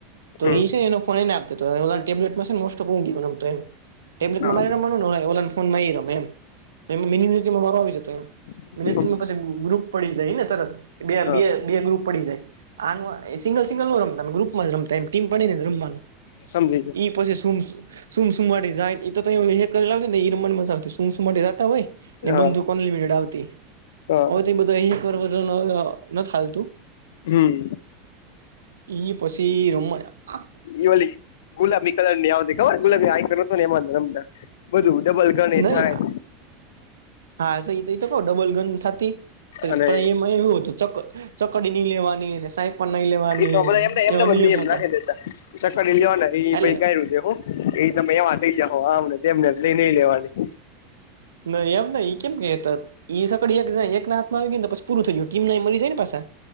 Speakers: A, on the right (about 75°); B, on the left (about 65°).
A: તો
B: હમ
A: એ છે એને ફોને એને આપતો તો ઓલા ન ટેબ્લેટમાં મોસ્ટ પ ગયો રમતો એમ ટેબલેટમાં
B: હા
A: મારી રમવાનુંને ઓલાન ફોનમાં આવી રમે એમ મિરો આવી જાતો એમ
B: સમજી
A: મીલેટરી મ પછી ગ્રુપ પડી જાયને તરત બે
B: હા
A: બે ગ્રુપ પડી જાય આ સિંગલ સિંગલ નો રમતા ગ્રુપ જ રમમતા ટીમ પડીનેજ રમવાનું
B: સમજે ગ
A: ઈ પછી સુમ સુમ સુમાટી જાય એ તો કરેવ ને ઈ રમન મજા આવતી સુમ સુમાટી જતા હોય. ને
B: હા
A: બંદુક અનલિમિટેડ આવતી
B: હા
A: હવે બધા અ <unintelligible> ખાલતું
B: હમ
A: ઈ પછી રમ મજા
B: એવાલી ગુલાબી કલરની આવ દ કવા ગુલાબી આ એમ જ રમતામ બધું ડબલ ગણી
A: નહી
B: થાય
A: હા સ એ તો એ તો કહુ ડબલ ગન થાતી પછ
B: અને
A: પણ એમાં એવું હતું ચક ચકડી નહી લેવાની એ ને સાઈ પણ નહી લેવાની
B: તો
A: એ
B: બધા
A: ને
B: એમને એમને
A: એવા નિયમ
B: જ
A: હતા.
B: નાખી દેતા ચકડી લેવાના
A: એટલે
B: એ ગાડયું છે હું એ તમે એવા થઈ જાવ આમને તેમને લઈ નઈ લેવાની
A: નઈ એમ નય ઇ કેમ કેમ ગેતત ઇ સગળ એક જાય એક ના હાથમાં આવી ગયુને ત પસી પૂરું થય ગયું કીમનાય મરી જાય ને પાસા